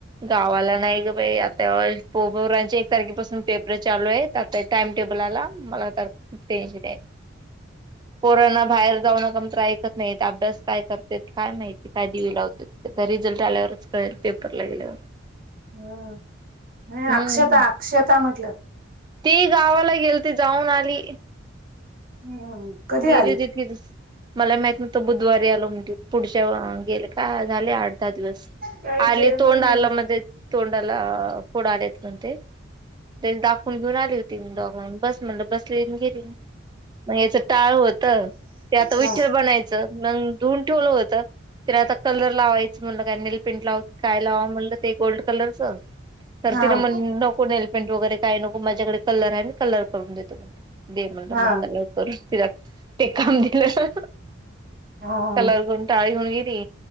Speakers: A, on the right; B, on the right.
A: गावाला नाही ग बाई आता पोरांचे एक तारखेपासून पेपर चालू आहेत. टाइम टेबल आला. मला तर टेंन्सन ये. पोरांना बाहेर जाऊ नका म्हणलं तर ऐकत -- नाही अभ्यास काय करते काय माहिती, काय दिवे लावते, तर रिझल्ट आल्यावरच कळेल पेपर. <unintelligible>
B: हम्म, नाही
A: हम्म
B: अक्षता -अक्षता म्हटलं.
A: ती गावाला गेलती, जाऊन आली.
B: हम्म. कधी
A: गेली
B: आली
A: <unintelligible> मला माहित नव्हतो बुधवारी आलो म्हण <unintelligible> पुढच्या गेले का झाले, आठ, दहा दिवस.
B: काय
A: आली
B: जेवण
A: तोंड
B: बनव
A: आल मधेच, तोंडाला फोड आलेत म्हणते. तेच दाखवून घेऊन आली होती मी. <unintelligible> बस म्हटलं बसली, अन् गेली. मग याच टाळ होत. ते आता विठ्ठल
B: हा
A: बनायचं मग धुऊन ठेवल होत. तर आता कलर लावायच म्हणलं काय नि नेलपेंट लाऊ काय लावाव म्हणल ते गोल्ड कलरच. तर
B: हा
A: ती न म्हणली नको नेलपेंट वगैरे काय नको. माझ्याकडे कलर आहे मी कलर करून देतो म्हणे. दे म्हणलं
B: हा
A: मग कलर करून तिला ते काम दिलं.
B: हा
A: कलर करून टाळं घेऊन गेली.